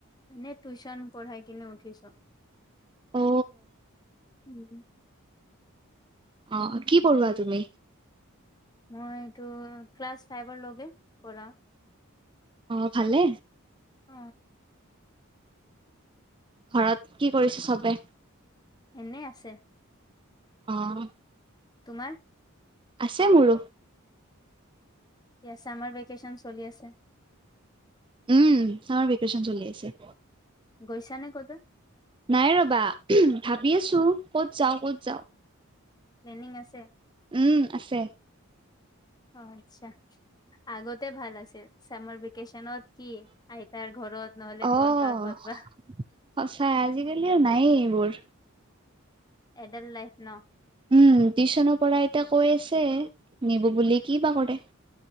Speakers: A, on the left; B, on the right.
A: নে টিউশ্যন পঢ়াই কিনে উঠিছো
B: অ
A: উম
B: অ কি পঢ়োৱা তুমি
A: মই এইটো ক্লাছ ফাইভৰ লগে পঢ়াও
B: অহ ভালে
A: অ
B: ঘৰত কি কৰিছে চবে
A: এনেই আছে
B: অ
A: তোমাৰ
B: আছে মোৰো
A: এয়া চামাৰ ভেকেশচন চলি আছে
B: উম চামাৰ ভেকেচন চলি আছে
A: গৈছা নে ক'ৰবাত?
B: নাই ৰ'বা, ভাবিছো ক'ত যাওঁ, ক'ত যাওঁ
A: প্লেনিং আছে?
B: উম, আছে।
A: অ, আচ্ছা, আগতে ভাল আছিল, চামাৰ ভেকেচনত কি, আইতাৰ ঘৰত, নহ'লে
B: অ',
A: ক'তবা, কত'বা
B: সঁচাই, আজিকালি আৰু নায়ে এইবোৰ
A: এডাল্ট লাইফ ন?
B: উম, টিউচনৰ পৰা এতিয়া কৈ আছে, নিব বুলি, কি বা কৰে!